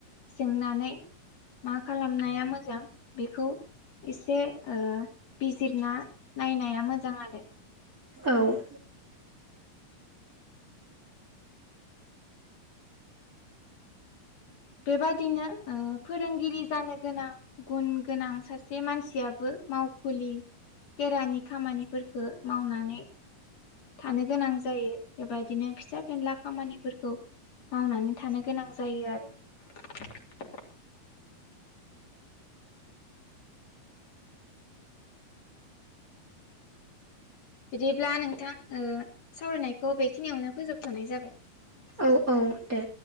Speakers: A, on the left (about 45°); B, on the right (about 25°).
A: सोंनानै मा खालामनाया मोजां बेखौ। एसे ओ बिजिरना नायनाया मोजां आरो।
B: औ।
A: बेबादिनो ओ फोरोंगिरि जानो गोनां गुन गोनां सासे मानसियाबो। मावखुलि खेरानि खामानिफोरखौ मावनानै। थानो गोनां जायो बेबायदिनो फिसा फेनला खामानिफोरखौ। मावनानै थानो गोनां जायो आरो। बिदिब्ला नोंथां ओ सावरायनायखौ बेखिनियावनो फोजोबथनाय जाबाय।
B: औ औ दे।